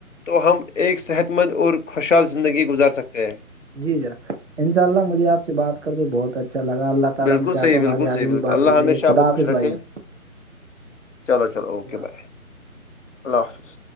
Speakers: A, on the left; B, on the right.
A: تو ہم ایک صحت مند اور خوشحال زندگی گزار سکتے ہیں
B: جی جناب انشاء اللہ مجھے آپ سے بات کر کے بہت اچھا اچھا لگا اللہ تعالی
A: بالکل
B: ہم چاہتے
A: صحیح
B: ہیں
A: بالکل
B: ہماری
A: صحیح
B: اگے
A: بالکل
B: بھی بات
A: اللہ
B: ہوتے
A: ہمیشہ
B: رہے
A: آپ
B: خدا
A: کو
B: حافظ
A: خوش رکھے
B: بھائی جان
A: چلو چلو
B: خدا
A: اوکے
B: حافظ
A: بائے اللہ حافظ